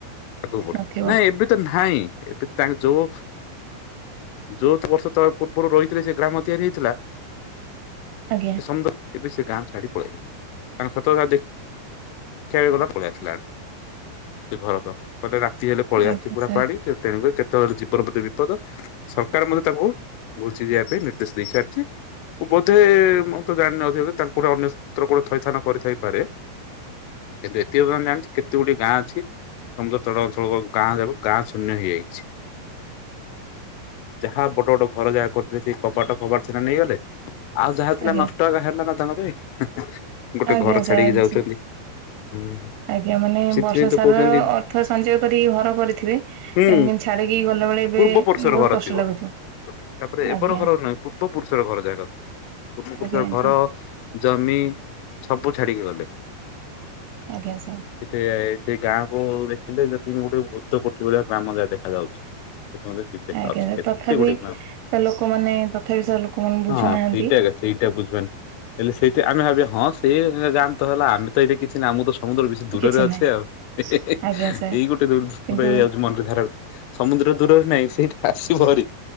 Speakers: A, on the left; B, on the right.
A: ଆଗକୁ ବଢିବ
B: ନଥିବ।
A: ନାଇଁ ଏବେ ତ ନାହିଁ ଏବେ ତ ତାଙ୍କ ଯୋଉ ଯ ତ ବର୍ଷ ତ ପୂର୍ବରୁ ରହିଥିଲେ ସେ ଗ୍ରାମ ତିଆରି ଥିଲା।
B: ଆଜ୍ଞା
A: ସେ ସମ ଏବେ ସେ ଗାଁ ଛାଡି ପଳେଇଲେ କାରଣ ସତ ଦେଖ <inaudible> ବି ଗଲା ପଳେଇ ଆସିଲାଣି ସେ ଘର ପାଖକୁ କହିଲେ ରାତି ହେଲେ ପଳେଇଆସୁଛି
B: ଆଜ୍ଞା
A: ପୁରା
B: ସାର୍
A: ପାଣି ସେ ତେଣୁ କ ଯେତେବେଳେ ଜୀବନ ପ୍ରତି ବିପଦ ସରକାର ମଧ୍ୟ ତାକୁ ଘୁଛିି ଯିବା ପାଇଁ <inaudible> ରିଛି ବୋଧେ ମୁ ତ ଜାଣିନଥିବ ଯେ ତାଙ୍କୁ ଗୋଟେ ଅନ୍ୟ ସ୍ତ୍ର ଗୋଟେ ଥଇଥାନ କରିଥାଇପାରେ। କିନ୍ତୁ ଏଥିମେ ଜାଣିଛ କେତେ ଗୋଟଏ ଗାଁ ଅଛି ସମୁଦ୍ର ତଳ ଅଞ୍ଚଳ ଗାଁ ଯାକ ଗାଁ ଶୂନ୍ୟ ହେଇଯାଇଛି ଯାହା ବଡ ବଡ ଘର ଯାହା କରିଥିଲେ ସେଇ କବାଟ ଫବାଟ ସେରା ନେଇଗଲେ ଆଉ ଯାହା ହେଥିଲା
B: ଆଜ୍ଞା
A: ନଷ୍ଟ ହୋ ହେଲା ନା ତାଙ୍କ ପାଇଁ ଗୋଟେ
B: ଆଜ୍ଞା
A: ଘର ଛାଡିକି
B: ସାର୍
A: ଯାଉଛନ୍ତି।
B: ଜି
A: ହୁଁ
B: ଆଜ୍ଞା ମାନେ
A: ସେଥିପାଇଁ
B: ବର୍ଷା
A: ତ
B: ସାରାର
A: କହୁଛନ୍ତି
B: ଅର୍ଥ ସଞ୍ଚୟ କରିକି ଘର କରିଥିବେ
A: ହୁଁ
B: ଏ ଛାଡିକି ଗଲାବେେଳେ ଏବେ
A: ପୂର୍ବ ପୁରୁଷର
B: ବହୁତ
A: ଘର
B: କଷ୍ଟ
A: ଥିବ।
B: ଲାଗୁଥିବ
A: ତାପରେ ଏବର
B: ଆଜ୍ଞା
A: ଘର ନୁହେଁ ପୂର୍ବ ପୁରୁଷର ଘର ଯାକ ପୂର୍ବ ପୁରୁଷର
B: ଆଜ୍ଞା ଆଜ୍ଞା।
A: ଘର ଜମି ସବୁ ଛାଡିକି ଗଲେ।
B: ଆଜ୍ଞା ସାର୍
A: ସେଠେ ସେ ଗାଁକୁ ଥିଲେ ଯେତିକି ଗୋଟେ ଭୁତ କୋଠି ଭଳିଆ ଗ୍ରାମ ଯାଏ ଦେଖାଯାଉଛି। ଯ୍ୟ ଦେଖା
B: ଆଜ୍ଞା
A: ଅ
B: ସାର୍
A: କେତେ
B: ତଥାପି
A: ଗୁଏ
B: ସାର୍ ଲୋକମାନେ ତଥାପି ସାର୍ ଲୋକମାନେ ବୁଝୁନାହାନ୍ତି
A: ହଁ ସେଇଟା ସେଇଟା ବୁଝିବନି ହେଲେ ସେଇଟା ଆମେ ଭାବିବା ହଁ ସେ ଯାଆ ତ ହେଲା ଆମେ <inaudible> କିଛି ନା ମୁ ସମୁଦ୍ର ବେଶୀ ଦୂରରେ
B: କିଛି
A: ଅଛି
B: ନାହିଁ
A: ଆଉ ଏଇ
B: ଆଜ୍ଞା ସାର୍
A: ଗୋଟେ ଦୂରରେଇ
B: କିନ୍ତୁ
A: ଯାଉଛି ମନରେ ଧାର ସମୁଦ୍ର ଦୂରରେ ନାଇଁ ସେଇ ଆସ ଭରି